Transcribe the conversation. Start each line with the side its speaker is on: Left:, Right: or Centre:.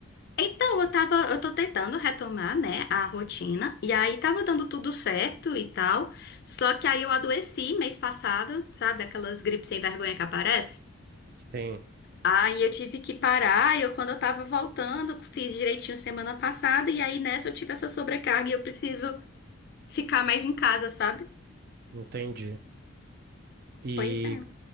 Left: Então, eu tava, eu tô tentando retomar, né, a rotina, e aí tava dando tudo certo e tal, só que aí eu adoeci mês passado, sabe, aquelas gripes sem vergonha que aparece?
Right: Sim,
Left: Aí eu tive que parar, e eu quando eu tava voltando, fiz direitinho semana passada, e aí nessa eu tive essa sobrecarga e eu preciso ficar mais em casa, sabe?
Right: entendi. E
Left: Pois é.